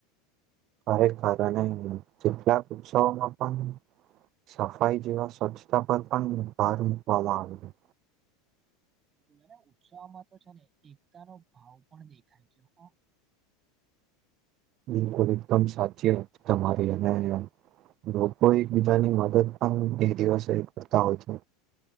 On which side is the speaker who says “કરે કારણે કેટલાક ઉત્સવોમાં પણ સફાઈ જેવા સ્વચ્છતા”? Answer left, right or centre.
Right